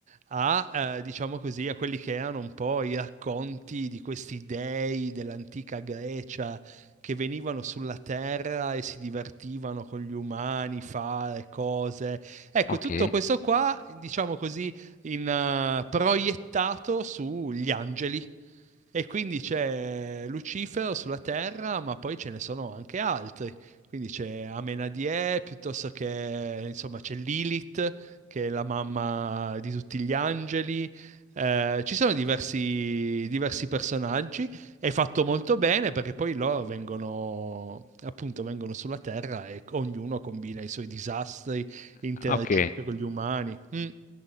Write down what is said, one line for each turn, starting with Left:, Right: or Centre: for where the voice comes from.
Right: a, eh, diciamo così, a quelli che erano un po' i racconti di questi dei dell'antica Grecia che venivano sulla terra e si divertivano con gli umani, fare cose. Ecco,
Left: ok.
Right: tutto questo qua, diciamo così, in, eh, proiettato sugli angeli. E quindi c'è Lucifero sulla terra, ma poi ce ne sono anche altri. Quindi c'è Amenadie, piuttosto che, insomma, c'è Lilith, che è la mamma di tutti gli angeli. Eh, ci sono diversi, diversi personaggi. È fatto molto bene perché poi loro vengono, appunto, vengono sulla Terra e ognuno combina i suoi disastri, interagisce
Left: Ah, Ok.
Right: con gli umani. Mm,